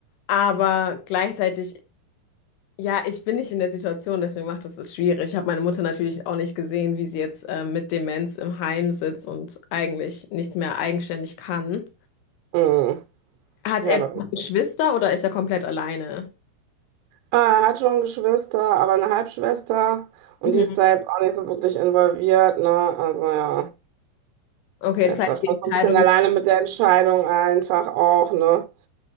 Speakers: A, on the left; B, on the right.
A: aber gleichzeitig. Ja, ich bin nicht in der Situation, deswegen macht es es schwierig. Ich habe meine Mutter natürlich auch nicht gesehen, wie sie jetzt äh, mit Demenz im Heim sitzt und eigentlich nichts mehr eigenständig kann.
B: mm.
A: Hat
B: Ja,
A: er
B: das
A: noch
B: ist.
A: Geschwister oder ist er komplett alleine?
B: Ah, Er hat schon Geschwister, aber eine Halbschwester und
A: Mhm.
B: die ist da jetzt auch nicht so wirklich involviert, ne? Also ja,
A: Okay,
B: er
A: das
B: ist
A: heißt,
B: da schon
A: die
B: so
A: Entscheidung,
B: ein bisschen alleine mit der Entscheidung einfach auch, ne?